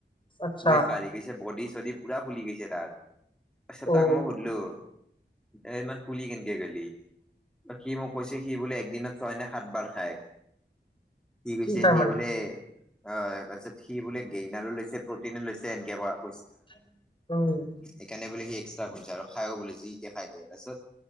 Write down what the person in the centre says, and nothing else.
ৱেট বাঢ়ি গৈছে বডি চডি পুৰা ফুলি গৈছে তাৰ, তাৰছত
তাক মই সুধলো এ ইমান ফুলি কেনকে গেলি বা সি মোক কৈছে সি বোলে একদিনত ছয় ন সাত বাৰ খায়, সি
কৈছে
সি
বোলে অ', তাৰপিছত সি বোলে গেইনাৰো লৈছে প্ৰটিনো লৈছে এনকে ক
সেইকাৰণে বোলে সি এক্সট্ৰা পইজা আৰু খাইও বোলে যিদিয়া খাই দিয়ে তাৰপিছত